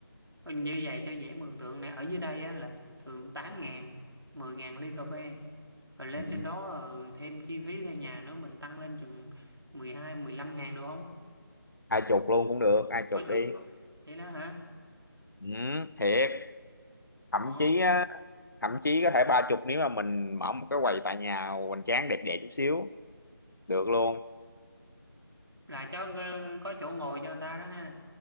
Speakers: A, on the right (about 90°); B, on the left (about 60°).
A: ờ, như vậy cho dễ mường tượng nè ở dưới đây á, là thường tám ngàn mười ngàn ly cà phê rồi lên
B: ừ.
A: trên đó ờ, thêm chi phí thuê nhà nữa mình tăng lên chừng mười hai, mười lăm ngàn được không
B: ai chục luôn cũng được ai
A: ôi,
B: chục đi
A: ôi vậy đó hả
B: ừ, thiệt thậm
A: Ồ,
B: chí á, thậm chí có thể ba chục nếu mà mình mở một cái quầy tại nhà hoành tráng đẹp đẹp chút xíu được luôn
A: là cho ờ, có chỗ ngồi cho người ta đó ha